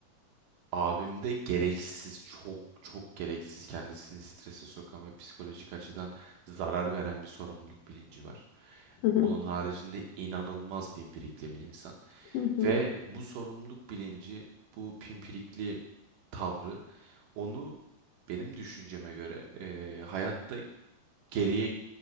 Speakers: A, on the right; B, on the left.
A: Abimde gereksiz, çok çok gereksiz kendisini strese sokan ve psikolojik açıdan zarar veren bir sorumluluk bilinci var.
B: Hı hı,
A: Onun haricinde inanılmaz pimpirikli bir insan.
B: hı hı.
A: Ve bu sorumluluk bilinci, bu pimpirikli tavrı onu benim düşünceme göre e, hayatta geriye